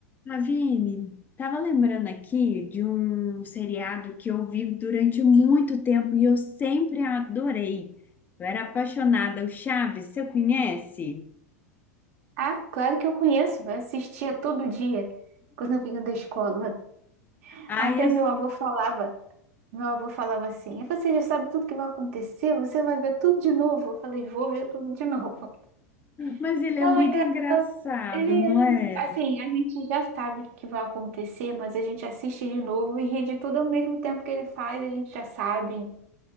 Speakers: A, on the left; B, on the right.
A: Ravine, tava lembrando aqui de um seriado que eu vi durante muito tempo e eu sempre adorei. Eu era apaixonada, o Chaves, você conhece?
B: Ah, claro que eu conheço. Eu assistia todo dia quando eu vinha da escola.
A: Ai,
B: Até
A: eu-
B: meu avô falava, meu avô falava assim: "Você já sabe tudo que vai acontecer, você vai ver tudo de novo". Eu falei: "Vou ver tudo de novo". <laughs>
A: mas ele é
B: Não,
A: muito
B: é engraçado.
A: engraçado,
B: Ele,
A: não é?
B: é- assim, a gente já sabe o que que vai acontecer, mas a gente assiste de novo e ri de tudo ao mesmo tempo que ele faz, a gente já sabe.